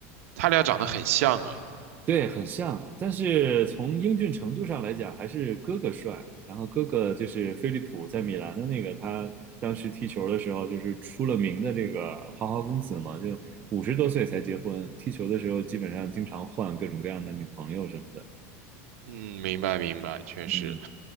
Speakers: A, on the right; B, on the right.
A: 他俩长得很像
B: 对，很像，但是从英俊程度上来讲，还是哥哥帅。然后哥哥就是飞利浦，在米兰的那个，他当时踢球的时候就是出了名的这个花花公子嘛，就五十多岁才结婚，踢球的时候基本上经常换各种各样的女朋友什么的。
A: 嗯，明白明白，确实，
B: 嗯